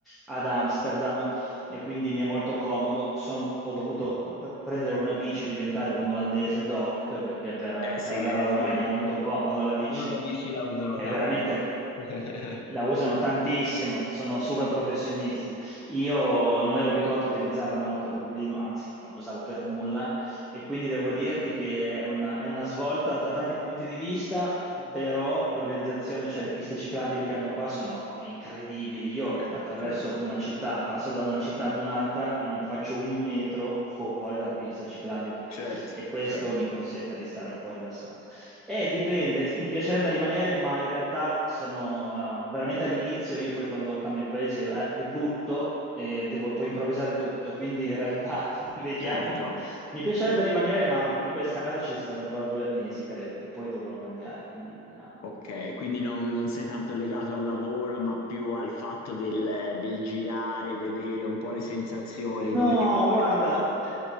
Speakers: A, in the centre; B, on the left.
A: ad Amsterdam e quindi mi è molto comodo. Sono- ho dovuto p- prendere una bici e diventare un olandese doc perché per,
B: eh sì,
A: per andare
B: eh
A: a lavorare
B: sì.
A: mi è molto comodo la bici.
B: Loro la bici la usano
A: È
B: tanto.
A: veramente
B: <laughs>
A: la usano tantissimo, sono super professionisti. Io non ero abituato a utilizzarla molto a Dublino, anzi non la usavo per nulla e quindi devo dirti che è una, è una svolta da tanti punti di vista, però l'organizzazione, cioè le piste ciclabili che hanno qua sono incredibili. Io
B: Eh,
A: attraverso
B: certo,
A: una città, passo da una città ad un'altra e non faccio un metro fuori dalla pista ciclabile
B: certo,
A: e questo
B: certo,
A: mi consente di stare un po' rilassato. Eh, dipende, mi piacerebbe rimanere, ma in realtà sono eh, veramente all'inizio, io poi quando cambio paese eh, mi butto e devo poi improvvisare tutto, e quindi in realtà <laughs> vediamo.
B: certo.
A: Mi piacerebbe rimanere, ma in questa casa ci sarò ancora due mesi, credo, e poi dovrò cambiare, quindi vediamo.
B: Ok, quindi non, non sei tanto legato al lavoro, ma più al fatto del, del girare, vedere un po' le sensazioni dove
A: No,
B: ti portano.
A: guarda, eh,